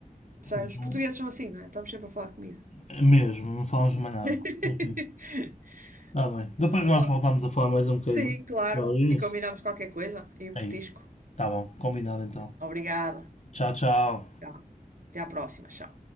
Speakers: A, on the left; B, on the right.
A: Senão-
B: Sabe, os portugueses são assim, não é? Estamos sempre a falar de comida.
A: é mesmo, não falamos de mais nada.
B: <laughs>
A: Ok. Está bem. Depois
B: Olha,
A: nós voltamos a falar mais um bocadinho.
B: Sim, claro.
A: Dá aí nisso.
B: E combinamos qualquer coisa e um
A: É
B: petisco.
A: isso. está bom, combinado então.
B: Obrigada.
A: Tchau, tchau.
B: Tchau. Até à próxima. Tchau.